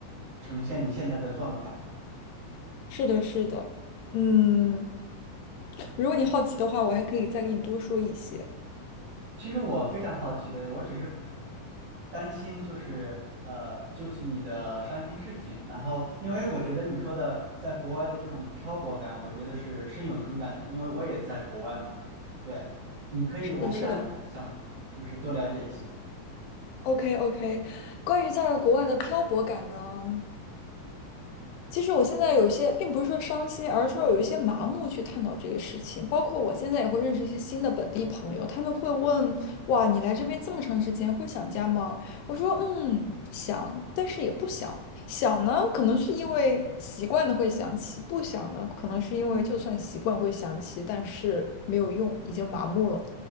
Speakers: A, on the right (about 70°); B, on the left (about 85°).
A: 呈现你现在的状态。
B: 是的，是的。嗯，如果你好奇的话，我还可以再给你多说一些。
A: 其实我非常好奇的，我只是担心，就是呃，就是你的伤心事情。然后，因为我觉得你说的在国外的这种漂泊感，我觉得是深有同感的，因为我也在国外嘛。对，你可以，
B: 是的，
A: 我非常想就是多了解一些。
B: 是的。OK OK，关于在国外的漂泊感呢？其实我现在有一些，并不是说伤心，而是说有一些麻木去探讨这个事情。包括我现在也会认识一些新的本地朋友，他们会问：“哇，你来这边这么长时间，会想家吗？”我说：“嗯，想，但是也不想。想呢，可能是因为习惯的会想起；不想呢，可能是因为就算习惯会想起，但是没有用，已经麻木了。”